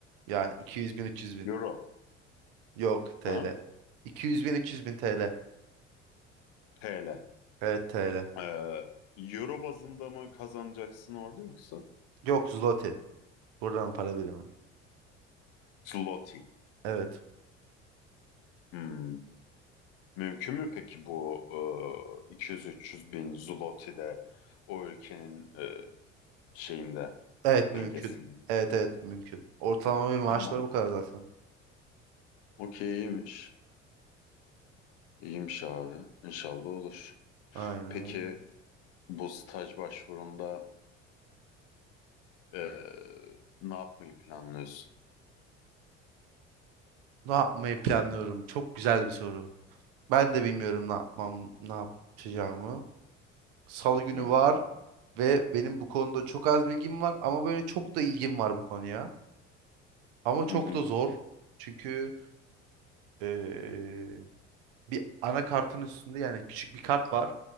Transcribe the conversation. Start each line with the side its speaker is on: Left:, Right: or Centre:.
Right: Yani 200 bin 300 bin.
Left: Euro.
Right: Yok TL.
Left: Ha?
Right: 200 bin 300 bin TL.
Left: TL.
Right: Evet TL.
Left: E, Euro bazında mı kazanacaksın orada yoksa?
Right: Yok zloty. Buradan para birimi.
Left: Zloty.
Right: Evet.
Left: Hmm. Mümkün mü peki bu e, 200-300 bin Zloty'de o ülkenin e, şeyinde
Right: Evet mümkün.
Left: dengesinde?
Right: Evet evet mümkün. Ortalama bir maaşlar
Left: Tamam.
Right: bu kadar zaten.
Left: Okey iyiymiş. İyiymiş abi. İnşallah olur.
Right: Aynen
Left: Peki
Right: öyle.
Left: bu staj başvurunda e, ne yapmayı planlıyorsun?
Right: Ne yapmayı planlıyorum? Çok güzel bir soru. Ben de bilmiyorum ne yapmam, ne yapacağımı. Salı günü
Left: Hı hı.
Right: var ve benim bu konuda çok az bilgim var ama böyle çok da ilgim var bu konuya. Ama çok
Left: Hı hı.
Right: da zor. Çünkü eee, bir anakartın üstünde yani küçük bir kart var.